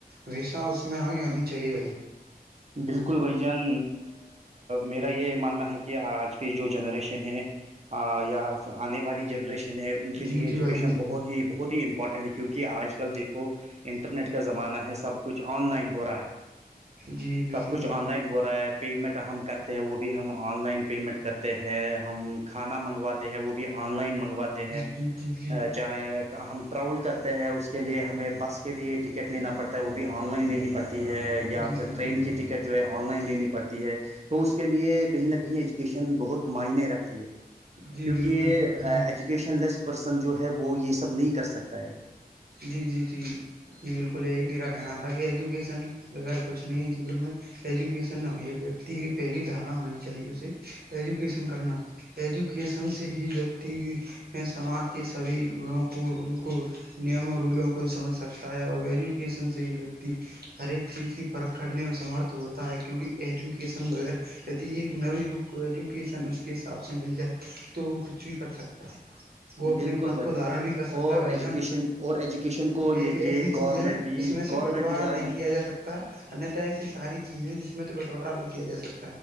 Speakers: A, on the right; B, on the right.
A: ویسہ اس میں آگے آنی چاہیے
B: بالکل بھائی جان میرا یہ ماننا ہے کہ کہ آج کی جو جنریشن ہے یا آنے والی جنریشن ہیں ان کے لیے
A: جی
B: ایجوکیشن
A: جی بھائی جان جی
B: بہت
A: بھائی جان
B: ہی بہت ہی ا امپورٹنٹ کیونکہ آج کل دیکھو انٹرنیٹ کا زمانہ ہے سب کچھ آن لائن ہو رہا ہے
A: جی بالکل
B: سب کچھ
A: بالکل
B: آن لائن ہو ہو رہا ہے پیمنٹ ہم کرتے ہیں وہ بھی ہم آن لائن پیمنٹ کرتے ہیں ہم کھانا منگواتے ہیں وہ بھی آن لائن منگواتے
A: جی
B: ہیں
A: جی جی
B: چاہ ہم ٹریاول کرتے ہیں اس کے لیے ہمیں بس کے لیے ٹکٹ لینا پڑتا ہے وہ بھی آن لائن لینی پڑتی ہے ہے
A: جی
B: یا
A: جی
B: پھر
A: جی
B: ٹرین
A: جی
B: کی ٹکٹ جو ہے آن لائن لینی پڑتی ہے تو اس کے لیے کہیں نہ کہیں ایج ایجوکیشن بہت معنی رکھتی ہے
A: جی
B: کیونکہ
A: بالکل بالکل
B: ایجوکیشن لیس پرسن جو ہے وہ یہ سب نہیں کر سکتا ہے
A: جی جی جی جی بالکل یہ میرا کہنا تھا تاکہ ایجوکیشن وغیرہ کچھ نہیں ہے جی گون میں ایجوکیشن نہ ہو یہ ویکتی کی پہلی دھارنا ہونی چاہیے اسے ایجوکیشن کرنا ایجوکیشن سے ہی ویکتی میں سماج کے سبھی گڑوں کو ان کو نیم و رولوں کو سمجھ سکتا ہے اور ایجوکیشن سے ہی ویکتی ہر ایک چیز کی پرکھ کرنے میں سمرتھ ہوتا ہے کیونک ایجوکیشن بغیر یدی ایک نو ایجوکیشن اس کے حساب سے مل جائے تو وہ کچھ بھی کر سکتا ہے وہ اپنے
B: بالکل
A: پد
B: بھائی
A: کو دھارن بھی کر سکتا
B: اور
A: ہے بھائی
B: ایجوکیشن
A: جان
B: اور ایجوکیشن کو لے
A: ایک ایسی
B: کے گورنمنٹ
A: چیز ہے
B: بھی
A: جس میں سے
B: گورنمنٹ
A: بٹوارا
B: بھی
A: نہیں
B: آج
A: کیا جا سکتا انیہتا ایسی ساری چیزیں جس میں تو بٹوارہ بھی کیا جا سکتا